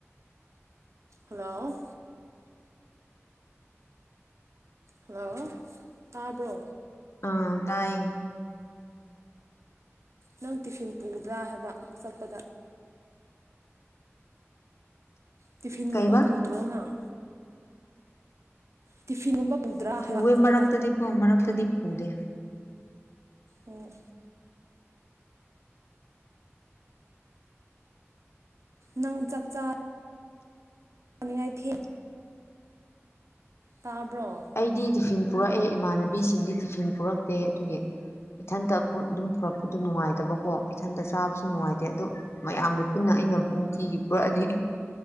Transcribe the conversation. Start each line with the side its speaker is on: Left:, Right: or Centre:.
Right: ꯍꯜꯂꯣ ꯍꯜꯂꯣ ꯇꯥꯕ꯭ꯔꯣ
Left: ꯑꯥ ꯇꯥꯏꯌꯦ
Right: ꯅꯪ ꯇꯤꯐꯤꯟ ꯄꯨꯕ꯭ꯔꯥ ꯍꯥꯏꯕ ꯆꯠꯄꯗ ꯇꯤꯐꯤꯟꯒꯨꯝꯕ
Left: ꯀꯩꯕꯥ
Right: ꯄꯨꯗ꯭ꯔꯣ ꯅꯪ ꯇꯤꯐꯤꯟꯒꯨꯝꯕ ꯄꯨꯗ꯭ꯔꯥ
Left: ꯄꯨꯑꯦ
Right: ꯍꯥꯏꯕ ꯆꯠꯄꯗ
Left: ꯃꯔꯛꯇꯗꯤ ꯀꯣ ꯃꯔꯛꯇꯗꯤ ꯄꯨꯗꯦ
Right: ꯑꯣ ꯅꯪ ꯆꯥꯛ ꯆ ꯄꯥꯅꯤꯡꯉꯥꯏ ꯊꯤ ꯇꯥꯕ꯭ꯔꯣ
Left: ꯑꯩꯗꯤ ꯇꯤꯐꯤꯟ ꯄꯨꯔꯛꯑꯦ ꯏꯃꯥꯟꯅꯕꯤꯁꯤꯡꯗꯤ ꯇꯤꯐꯤꯟ ꯄꯨꯔꯛꯇꯦ ꯑꯗꯨꯒꯤ ꯏꯊꯟꯇ ꯑꯗꯨꯝ ꯄꯨꯔꯛꯄꯗ ꯅꯨꯡꯉꯥꯏꯇꯕꯀꯣ ꯏꯊꯟꯇ ꯆꯥꯕꯁꯨ ꯅꯨꯡꯉꯥꯏꯇꯦ ꯑꯗꯣ ꯃꯌꯥꯝꯗꯨ ꯄꯨꯟꯅ ꯑꯩꯅ ꯅꯨꯡꯇꯤꯒꯤ ꯄꯨꯔꯛꯑꯗꯤ